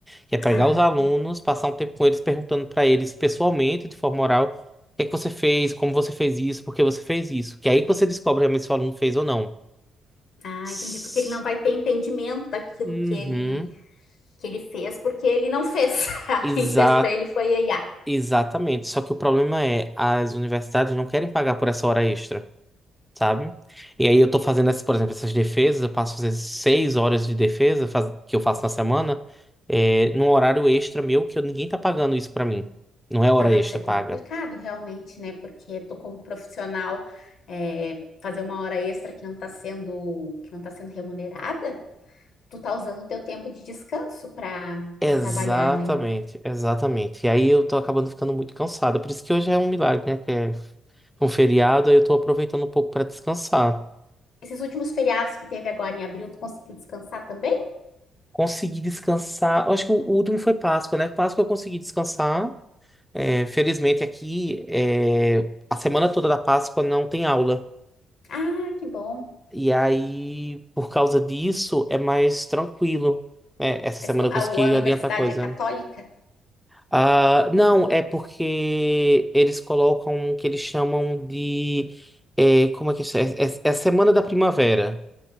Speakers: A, in the centre; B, on the left (about 65°).
A: Que é pegar
B: Ah,
A: os alunos, passar um tempo com eles, perguntando para eles pessoalmente, de forma oral, o que é que você fez, como você fez isso, por que você fez isso. Que é aí que você descobre realmente se o aluno fez ou não.
B: ah,
A: S-
B: entendi. Porque ele não vai ter entendimento daquilo
A: Uhum.
B: que ele, que ele fez, porque ele não fez. <laughs>
A: Exa
B: Quem fez para ele foi a IA.
A: exatamente. Só que o problema é, as universidades não querem pagar por essa hora extra, sabe? E aí eu tô fazendo, essas, por exemplo, essas defesas, eu passo às vezes seis horas de defesa faz- que eu faço na semana, é, num horário extra meu que eu- ninguém tá pagando isso pra mim. Não é hora
B: Ah,
A: extra
B: isso é complicado
A: paga.
B: realmente, né? Porque tô como profissional é, fazer uma hora extra que não está sendo que não tá sendo remunerada, tu tá usando o teu tempo de descanso para
A: Exatamente,
B: para trabalhar, né?
A: exatamente. E aí eu tô acabando ficando muito cansado. Por isso que hoje é um milagre, né? Que é um feriado, aí eu tô aproveitando um pouco pra descansar.
B: Esses últimos feriados que teve agora em abril, tu conseguiu descansar também?
A: Consegui descansar. Eu acho que o o último foi Páscoa, né? Páscoa eu consegui descansar. É, felizmente aqui, é, a semana toda da Páscoa não tem aula.
B: Ah, que bom.
A: E aí, por causa disso, é mais tranquilo. É, essa
B: A,
A: semana
B: esco-
A: eu
B: a-
A: consegui
B: a universidade
A: adiantar coisa.
B: é católica?
A: Ah, não, é porque eles colocam o que eles chamam de. eh, como é que isso é? É, é a Semana da Primavera.